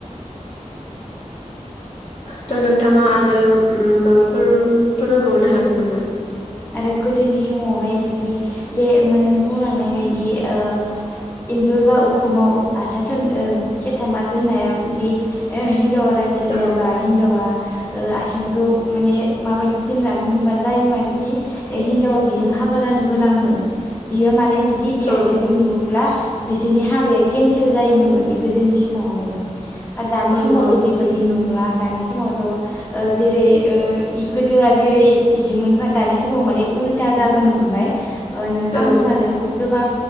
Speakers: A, on the left; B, on the left.
A: थ' नोंथाङा आरो ओम माबाफोर फोरमायबावनो हागोन नामा?
B: आरो गोदोनि समावहाय जुदि बे मा नों बुंलांनाय बायदि ओ इन्जुर बा उखुमाव आसासोन ओ केेथामा दोननायाव जुदि ओ हि जावा राजि
A: औ
B: जायाबा हिनजावा ओ आसिंखौ माने माबायदि दोनलाङो होनबा जायो मानसि ओइ हिनजावा बिजों हाबा जानो गोनांमोन बियो माने जुदि बि
A: औ
B: आसेनखो नुओब्ला बिसोरनि हाबाया केन्सेल जायोमोन माने गोदोनि समावहायो। आ दानि
A: औ
B: समावथ'
A: औ
B: बेबायदि नंला। दानि समावथ' ओ जेरै ओ इ गोदोआ जेरै इदिमोन बा दानि स समाव माने उल्था जाबोनो हमबाय। ओ नोंथां
A: औ
B: होमबा जोंथ' गोबां